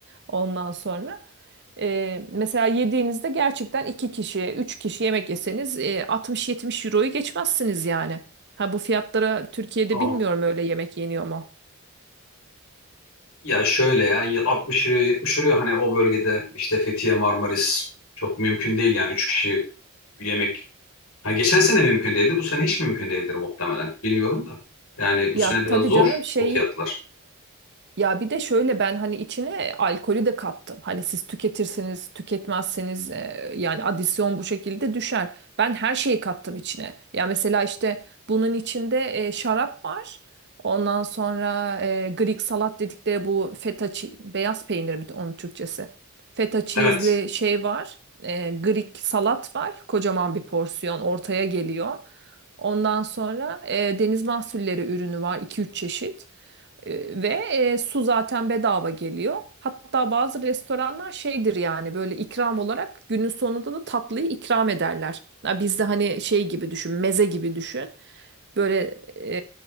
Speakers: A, on the right; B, on the left.
A: Ondan sonra e, mesela yediğinizde gerçekten iki kişi, üç kişi yemek yeseniz e, 60-70 euroyu geçmezsiniz yani. Ha bu fiyatlara Türkiye'de
B: Aa.
A: bilmiyorum öyle yemek yeniyor mu?
B: Ya şöyle ya 60 euro 70 euro hani o bölgede işte Fethiye Marmaris çok mümkün değil yani 3 kişi yemek. hani geçen sene mümkün değildi bu sene hiç mümkün değildir muhtemelen bilmiyorum da. Yani bu
A: Ya
B: sene
A: tabii
B: biraz zor
A: canım şey
B: o fiyatlar.
A: Ya bir de şöyle ben hani içine alkolü de kattım. Hani siz tüketirseniz, tüketmezseniz e, yani adisyon bu şekilde düşer. Ben her şeyi kattım içine. Ya mesela işte bunun içinde e, şarap var. Ondan sonra e, Greek salat dedikleri bu feta çi- beyaz peynir mi onun Türkçesi? Feta cheese'li
B: Evet
A: şey var. E, Greek salat var. Kocaman bir porsiyon ortaya geliyor. Ondan sonra e, deniz mahsulleri ürünü var iki üç çeşit. E, Ve e, su zaten bedava geliyor. Hatta bazı restoranlar şeydir yani böyle ikram olarak günün sonunda da tatlıyı ikram ederler. Ya bizde hani şey gibi düşün, meze gibi düşün. Böyle e,